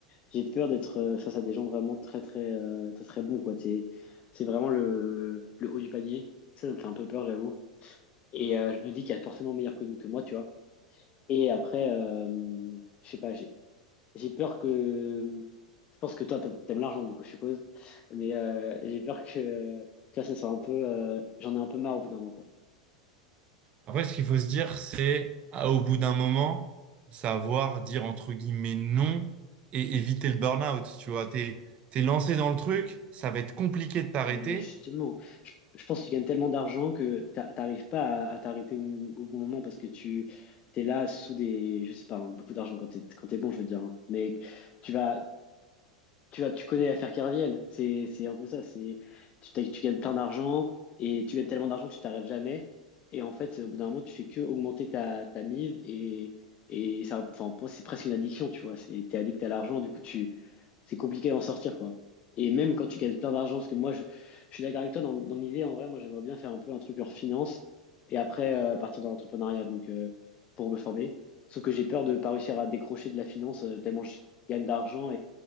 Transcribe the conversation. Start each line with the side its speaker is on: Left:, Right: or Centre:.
Left: J'ai peur d'être euh, face à des gens vraiment très très euh, très très bons quoi. C'est c'est vraiment le, le haut du panier. Ça, ça me fait un peu peur, j'avoue. Et euh, je me dis qu'il y a forcément meilleur que, que moi, tu vois. Et après, euh, je sais pas, j'ai j'ai peur que. Je pense que toi, t'a- t'aimes l'argent, du coup, je suppose. Mais euh, j'ai peur que tu vois, ça soit un peu. euh, j'en ai un peu marre au bout d'un moment, quoi.
Right: Après, ce qu'il faut se dire, c'est, ah, au bout d'un moment, savoir dire entre guillemets non et éviter le burn-out. Tu vois, t'es, t'es lancé dans le truc, ça va être compliqué de t'arrêter.
Left: Ouais, Mais justement, je, je pense que tu gagnes tellement d'argent que t'a- t'arrives pas à, à t'arrêter au, au bon moment parce que tu t'es là sous des, je sais pas, hein, beaucoup d'argent quand t'es quand t'es bon, je veux dire. hein. Mais tu vas, tu vois, tu connais l'affaire Kerviel, c'est c'est un peu ça, c'est tu, t'as- tu gagnes plein d'argent et tu gagnes tellement d'argent que tu t'arrêtes jamais et en fait au bout d'un moment tu fais que augmenter ta, ta mise et et ça enfin pour moi, c'est presque une addiction, tu vois, c'est t'es addict à l'argent, du coup tu c'est compliqué d'en sortir quoi. Et même quand tu gagnes plein d'argent parce que moi je, je suis d'accord avec toi dans, dans l'idée en vrai, moi j'aimerais bien faire un peu un truc leur finance et après euh, partir dans l'entrepreneuriat donc euh, pour me former, sauf que j'ai peur de pas réussir à décrocher de la finance euh, tellement je gagne d'argent